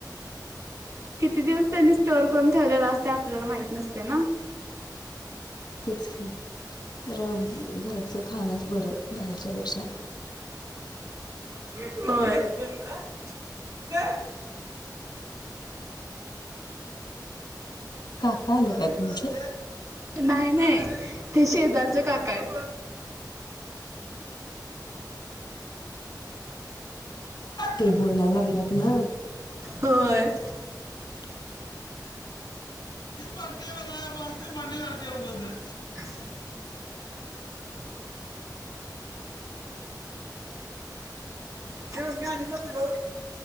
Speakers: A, on the right; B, on the left.
A: किती दिवस त्यांनी स्टोअर करून ठेवलेला असते आपल्याला माहित नसते ना.
B: तेच की रम घराचं खाणंच बरं बाहेरच्यापेक्षा
A: होय.
B: काका आले काय तुमचे.
A: नाय नाय ते शेजारचे काकायेत.
B: ते बोलायला लागलेत ना.
A: होय.
B: हो <inaudible> <unintelligible>
A: <inaudible> म नि तर बल <unintelligible>